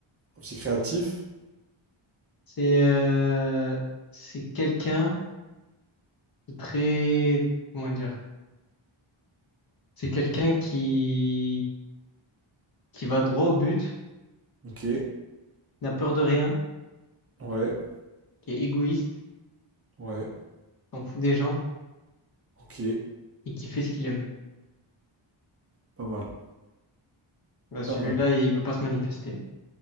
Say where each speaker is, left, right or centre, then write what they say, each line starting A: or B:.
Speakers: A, on the right; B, on the left.
A: un petit créatif.
B: C'est euh, c'est quelqu'un de très... Comment dire? C'est quelqu'un
A: Mm.
B: qui... qui va droit au but,
A: Ok,
B: n'a peur de rien,
A: ouais,
B: qui est égoïste,
A: ouais,
B: s'en fout des gens
A: ok,
B: et qui fait ce qu'il aime.
A: pas mal,
B: Bah, celui-là,
A: pas mal.
B: il veut pas se manifester.